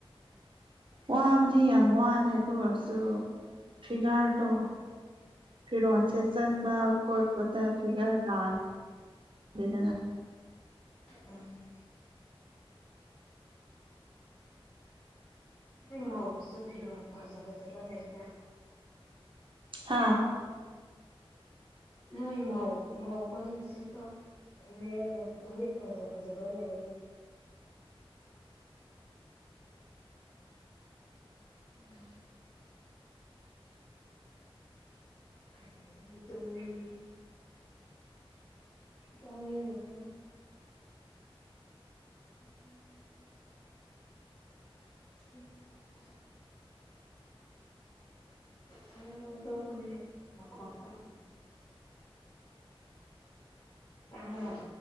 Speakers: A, on the right (about 60°); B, on the left (about 50°).
A: ꯋꯥꯕꯗꯤ ꯌꯥꯝ ꯋꯥꯗꯦ ꯑꯗꯨ ꯑꯣꯏꯔꯁꯨ ꯐꯤꯒꯔꯗꯣ ꯐꯤꯔꯣꯟꯁꯦ ꯆꯟꯕ
B: ꯎꯝ
A: ꯈꯣꯠꯄꯗ ꯐꯤꯒꯔ ꯇꯥꯗꯦꯗꯅ
B: ꯎꯝ ꯅꯣꯏ ꯃꯧꯁꯨ ꯐꯤꯔꯣꯜ ꯐꯖ ꯐꯖꯕ ꯂꯩꯗ
A: ꯍꯥꯥ
B: ꯅꯣꯏ ꯃꯧ ꯃꯧꯈꯣꯏꯅ ꯁꯦꯠꯄꯥ <inaudible> ꯐꯨꯔꯤꯠ ꯐꯖ ꯐꯖꯕꯥ ꯂꯩꯌ‌ꯦꯕ ꯎꯝ ꯎꯝ꯫ <unintelligible> <unintelligible> ꯇꯨꯝꯅꯤꯡꯉꯦ <unintelligible> <inaudible> ꯍꯝ <inaudible> <inaudible> ꯇꯨꯝꯈ꯭ꯔꯦ ꯃꯈꯣꯟ ꯇꯗ꯭ꯔꯦ ꯇꯥꯕꯔꯥ